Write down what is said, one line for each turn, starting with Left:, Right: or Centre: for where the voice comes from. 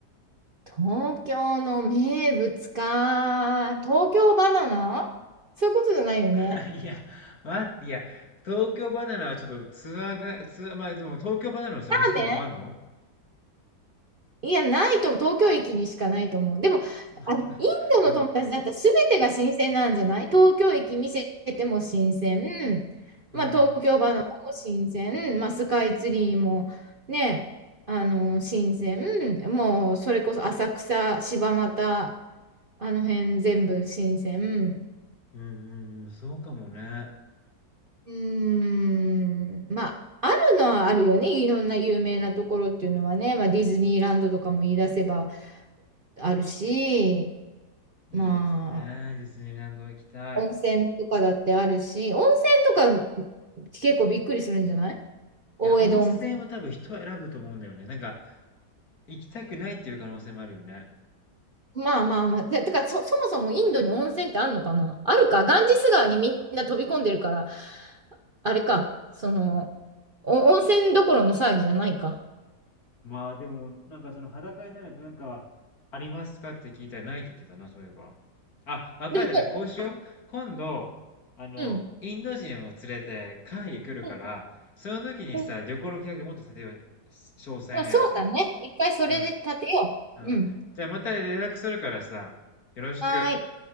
Right: 東京の名物か。東京バナナそういうことじゃないよね。
Left: <laughs> いや、待って、いや、東京ばな奈はちょっとツアーが、ツアー、まあでも東京ばな奈のさ、
Right: ラーメン
Left: 店とかもあんの
Right: いや、ないと思う、東京駅にしかないと思う。でも、あ、
Left: つまんない
Right: インドの友達だったら全てが新鮮なんじゃない東京駅見せても新鮮。
Left: うん、うん、
Right: まあ、東京バナナも新鮮。
Left: うん、
Right: まあ、スカイツリーもね、あの、新鮮。もう、それこそ浅草、柴又、あの辺全部新鮮。
Left: うん、うんそうかもね。
Right: うーん。まあ、あるのはあるよね。いろんな有名なところっていうのはね。まあ、ディズニーランドとかも言い出せばあるし。
Left: いいですね。
Right: まあ、
Left: ディズニーランド行きたい。
Right: 温泉とかだってあるし、温泉とか結構びっくりするんじゃない大江戸温泉。
Left: いや、温泉は多分人を選ぶと思うんだよね。なんか、行きたくないっていう可能性もあるよね。
Right: まあまあまあ。ててか、そ、そもそもインドに温泉ってあるのかなあるか。ガンジス川にみんな飛び込んでるから、あれか。その、お温泉どころの騒ぎじゃないか。
Left: まあでも、なんかその裸になる文化は、ありますかって聞いたらないって言ってたな、そういえば。あ、わかった。
Right: でも、そう
Left: じゃあこうしよう。今度、あの、
Right: うん。
Left: インド人を連れて会議来るから、
Right: うん。
Left: その時にさ、
Right: うん
Left: 旅行の計画もっと立てようよ。詳細なやつを。
Right: まあそうだね。一回それで立てよう。
Left: うん、うん。
Right: うん。
Left: じゃあまた連絡するからさ、よろしく。
Right: はーい。